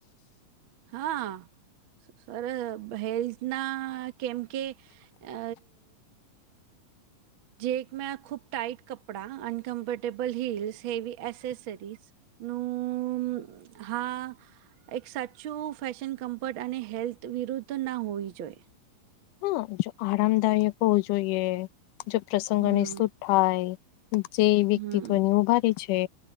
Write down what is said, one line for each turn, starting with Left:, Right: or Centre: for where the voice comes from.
Right: હા સર હેલ્થ ના કેમ કે અ જે એક મે ખૂબ ટાઈટ કપડા અનકમ્ફર્ટેબલ હિલ્સ હેવી એસેસરીઝ નું હા એક સાચું ફેશન કમ્ફર્ટ અને હેલ્થ વિરુદ્ધ ના હોવી જોઈએ
Left: હા જો આરામદાયક હોવું જોઈએ જો પ્રસંગોની
Right: હમ
Left: સુઠ થાય જે વ્યક્તિત્વની
Right: હમ
Left: ઉભારી છે